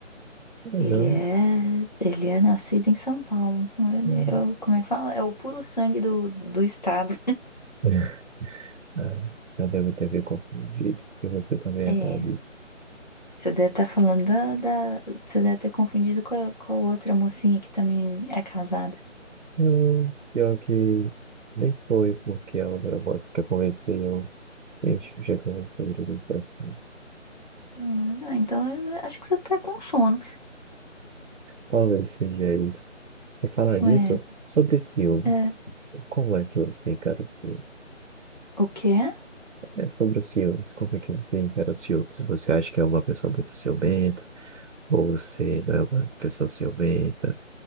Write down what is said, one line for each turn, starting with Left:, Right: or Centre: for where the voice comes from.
Right: Ah, não.
Left: Ele é, ele é nascido em São Paulo. Ele-
Right: Hum.
Left: eu- como é que fala? É o puro sangue do, do estado.
Right: <laughs> Ah, eu devo ter me confundido. E você também
Left: É,
Right: é paulista.
Left: você deve estar falando da, da- Você deve ter confundido com a, com a outra mocinha que também é casada.
Right: Não, pior que nem foi porque a outra moça que eu conversei, eu nem chegando sobre isso assim.
Left: Ah, ah, então eu acho que você tá com sono.
Right: Talvez seja isso. E falar nisso,
Left: Ué,
Right: sobre ciúmes.
Left: é,
Right: Como é que você encara o ciúme?
Left: o quê?
Right: É sobre os ciúmes. Como é que você encara os ciúmes? Você acha que é uma pessoa muito ciumenta? Ou você não é uma pessoa ciumenta?